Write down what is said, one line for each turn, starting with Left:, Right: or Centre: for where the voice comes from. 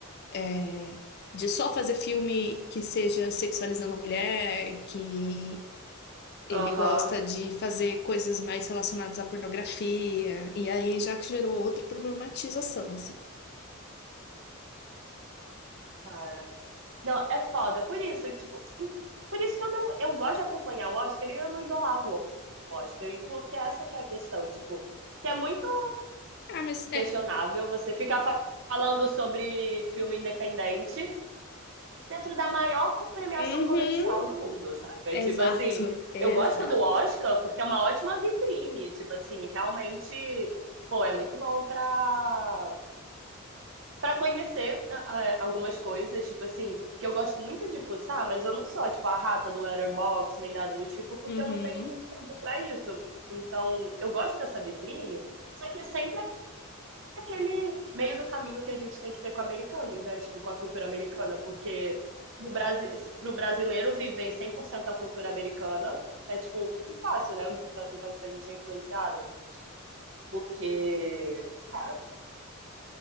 Left: é, de só fazer filme que seja sexualizando a mulher, que ele
Right: aham.
Left: gosta de fazer coisas mais relacionadas à pornografia. E aí já que gerou outra problematização, assim.
Right: Cara. Não, é foda. Por isso, tipo, em- por isso que eu não, eu gosto de acompanhar o Oscar e eu não idolatro o Oscar, e porque essa que é a questão, tipo, que é muito
Left: Ah, mas é.
Right: questionável você ficar fa- falando sobre filme independente dentro da maior co- premiação
Left: Uhum,
Right: comercial do mundo, saca?
Left: exato,
Right: Tipo assim,
Left: <laughs> exato.
Right: eu gosto do Oscar porque é uma ótima vitrine, tipo assim, realmente, pô, é muito bom pra para conhecer ah, ah, algumas coisas, tipo assim, que eu gosto muito de fuçar, mas eu não sou, tipo, a rata do Letterboxd, nem nada do tipo, porque
Left: Uhum.
Right: eu não tenho muito tempo para isso. Então, eu gosto dessa vitrine, só que é sempre aquele meio do caminho que a gente tem que ter com americanos, né? Tipo, com a cultura americana, porque pro, Brasi pro brasileiro viver 100% a cultura americana é, tipo, muito fácil, né? O, tan- o tanto que a gente é influenciado, porque, cara,